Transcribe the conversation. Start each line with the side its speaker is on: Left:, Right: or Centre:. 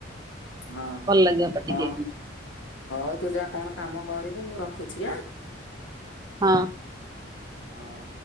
Left: ହଁ
Right: ଭଲ ଲାଗିବ ପାଟିକି
Left: ହଉ ହଉ ତୁଯା କଣ କାମ କରିବୁ ମୁଁ ରଖୁଛି ଆଁ?
Right: ହଁ।
Left: ହଁ।